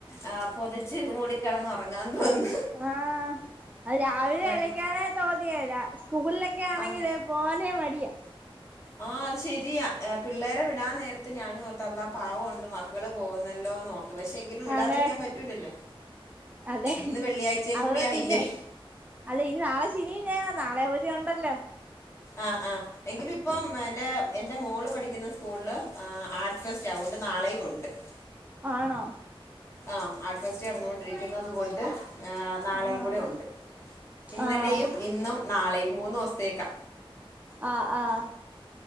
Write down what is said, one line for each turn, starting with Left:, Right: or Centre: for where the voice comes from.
Left: ആ പൊതച്ച് മൂടി കിടന്ന് ഉറങ്ങാൻ തോന്നുന്നു
Right: ആഹ് അത് രാവിലെ
Left: നല്ല
Right: എണീക്കാനെ തോന്നിയില്ല സ്കൂളിലൊക്കെ ആണെങ്കില്
Left: ആഹ്
Right: പോവാനെ മടിയാ
Left: ആഹ് അത് ശരിയാ പിള്ളേരെ വിടാൻ നേരത്ത് ഞാനും ഓർത്ത് അള്ളാ പാവൊണ്ട് മ മക്കള് പോകുന്നല്ലോന്നോർത്തു പക്ഷെ ഇന്ന് വിടാതിരിക്കാൻ
Right: അതെ
Left: പറ്റൂലല്ലോ
Right: അതെ
Left: ഇന്ന് വെള്ളിയാഴ്ചയും
Right: അവർ
Left: കൂടി ആയില്ലേ
Right: പിന്നെ അതെ ഇനി നാളെ ശനിയും ഞായറും നാളെ അവധി ഉണ്ടല്ലോ
Left: ആഹ് ആഹ് എങ്കിലും ഇപ്പം എൻ്റെ എന്റെ മോള് പഠിക്കുന്ന സ്കൂളിൽ ആർട് ഫെസ്റ്റാ അതുകൊണ്ട് നാളെയും ഉണ്ട് <inaudible>
Right: ആണോ
Left: ആഹ് ആർട്ട്ഫെസ്റ്റ് നടന്നോണ്ടിരിക്കുന്നത് കൊണ്ട് നാളെയും
Right: ആഹ്
Left: കൂടെ ഉണ്ട് ഇന്നലെയും
Right: ആഹ്
Left: ഇന്നും നാളെയും ഈ മൂന്ന് ദിവസത്തേക്കാ
Right: ആഹ് ആഹ്